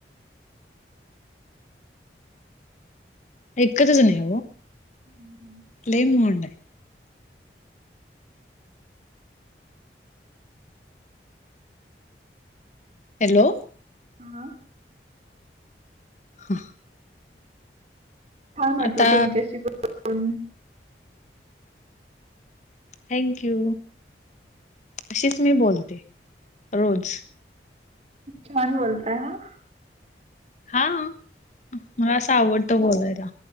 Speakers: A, on the left (about 40°); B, on the right (about 35°).
A: एककतच नाही
B: हम्म <unintelligible>
A: <unintelligible> हॅलो
B: हा
A: हा
B: छान म्हटलं
A: आता
B: तुमच्या बोलून.
A: थँंक यू अशीच मी बोलते रोज.
B: छान बोलताय ह.
A: हा मला असं आवडतं बोलायला